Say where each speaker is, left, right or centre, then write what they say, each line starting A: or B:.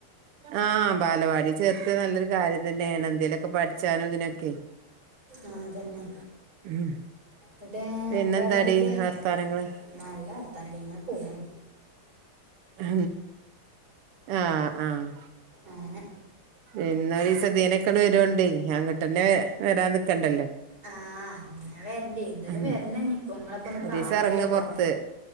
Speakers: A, on the right; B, on the right.
A: ആഹ് ബാലവാടി ചേർത്തു നല്ലൊരു കാര്യ തന്നെണ് എന്തേലൊക്കെ പഠിച്ചാനും ഇതിനൊക്കെ
B: ആഹ് അതന്നെ
A: ഉം
B: എന്നിട്ട്
A: പിന്നെന്താടി
B: വേറെ എന്തൊക്കെ
A: വർത്താനങ്ങള്
B: നല്ല വർത്താനടി ഇങ്ങനെ പോണ്
A: ഹ ആഹ് ആഹ്
B: ആനെ
A: പിന്നൊരുസ്രം ഇതി യോനൊക്കെ വരോ ണ്ടെ അങ്ങട്ട്ന്നെ വരാൻ നിക്കണ്ടല്ലോ
B: ആഹ് ഞാ വരണ്ട് എന്താലും
A: ഉം
B: വരണം ഇപ്പ നിങ്ങള ഇപ്പോ ഒന്ന്
A: ഒരീസം
B: കാണണല്ലോ
A: എറങ്ങ് പൊറത്ത്
B: കൊറെേ